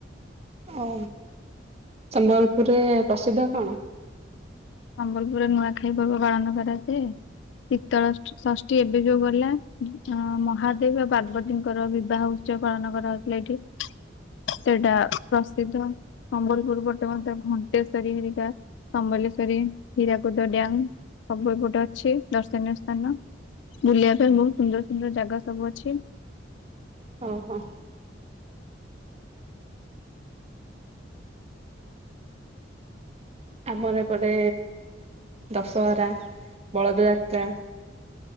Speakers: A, on the right; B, on the left.
A: ଓ ସମ୍ବଲପୁର ରେ ପ୍ରସିଦ୍ଧ କଣ?
B: ସମ୍ବଲପୁରରେ ନୂଆଖାଇ ପର୍ବ ପାଳନ କରାଯାଏ। ଶୀତଳ ଷଷ୍ଠୀ ଏବେ ଯୋଉ ଗଲା ଅ ମହାଦେବ ପାର୍ବତୀଙ୍କର ବିବାହ। ପାଳନ କରାହାଉଥିଲା ଏଇଠି। ସେଇଟା ପ୍ରସିଦ୍ଧ ସମ୍ବଲପୁର ପଟେ ମଧ୍ୟ ଘଣ୍ଟେଶ୍ଵରୀ ହେରିକା ସମ୍ବଲେଶ୍ଵରୀ, ହୀରାକୁଦ ଡ୍ୟାମ ସବୁ ଏପଟେ ଅଛି ଦର୍ଶନୀୟ ସ୍ଥାନ। ବୁଲିବା ପାଇଁ ବହୁତ ସୁନ୍ଦର ସୁନ୍ଦର ଜାଗା ସବୁ ଅଛି।
A: ଓହୋ। ଆମର ଏପଟେ ଦଶହରା, ବଳଦ ଯାତ୍ରା।